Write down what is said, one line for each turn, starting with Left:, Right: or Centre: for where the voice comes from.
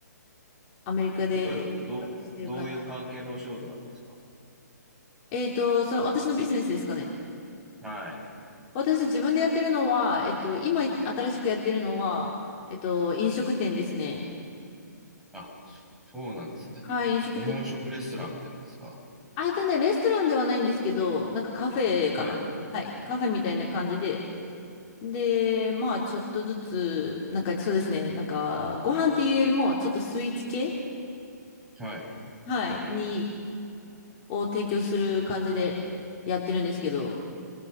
Left: アメリカで生活してる感じ。
Centre: 例えば、ど、どどういう関係のお仕事なんですか
Left: えっと、その私のビジネスですかね。
Centre: はい。
Left: 私自分でやってるのは、えっと、今新しくやってるのは、えっと、飲食店ですね。
Centre: あ、そうなんですね。
Left: はい、飲食店。
Centre: 日本食レストランみたいなんですか
Left: あ、えっとね、レストランではないんですけど、なんかカフェかなはい、
Centre: はい。
Left: カフェみたいな感じで。で、まあ、ちょっとずつ、なんかそうですね、なんか、ご飯っていうよりも、ちょっとスイーツ系
Centre: はい。
Left: はい、に、を提供する感じでやってるんですけど。